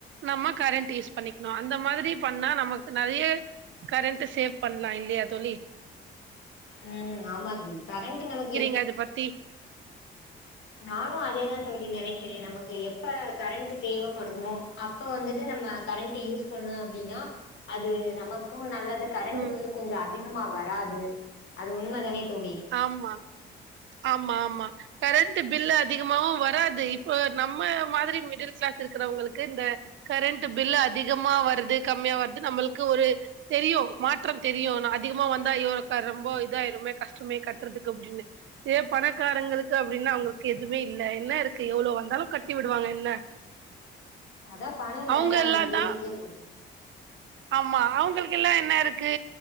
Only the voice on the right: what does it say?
நம்ம கரண்ட் யூஸ் பண்ணிக்ணு அந்த மாதிரி பண்ணா நமக்கு நெறைய கரண்ட் சேவ் பண்லா இல்லையா தோழி
து அது பத்தி
ம்
ஆமா ஆமா ஆமா கரண்டு பில்லு அதிகமாவு வராது இப்போ நம்ம மாதிரி மிடில் காளாஸ் இருக்கிறவங்களுக்கு இந்த கரண்ட் பில்லு அதிகமா வருது கம்மியா வருது நம்மளுக்கு ஒரு தெரியு மாற்றம் தெரியு ஆனா அதிகமா வந்தா இரோ ரொம்போ இதாயுருமே கஷ் டமே கட்றதுக்கு அப்டின்னு இதே பணக்காரங்களுக் கு அப்டின்னு அவங்களுக்கு எதுமே இல்ல என்ன இருக்கு எவ்ளோ வந்தாலு கட்டி விடுவாங்க என்ன
அவங்க
எல்லா தா
ஆமா அவங்களுக்கெல்லா என்ன இருக்கு